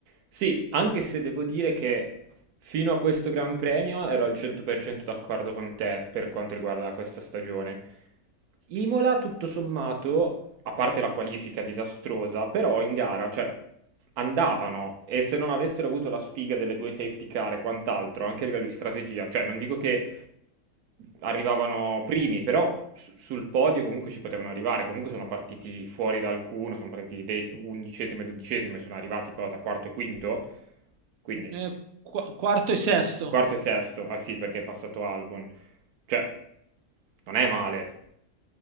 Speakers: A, on the right (about 85°); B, on the right (about 65°).
A: Sì, anche se devo dire che fino a questo Gran Premio ero al 100% d'accordo con te per quanto riguarda questa stagione. Imola, tutto sommato, a parte la qualifica disastrosa, però in gara, cioè, andavano e se non avessero avuto la sfiga delle due safety car e quant'altro, anche a livello di strategia, cioè, non dico che arrivavano primi, però su- sul podio comunque ci potevano arrivare. Comunque sono partiti fuori da alcuno, sono partiti de- undicesimo e dodicesimo e sono arrivati cosa? Quarto e quinto? Quindi
B: Eh, qu- quarto e sesto.
A: quarto e sesto. Ah sì, perché è passato Albon. Cioè, non è male.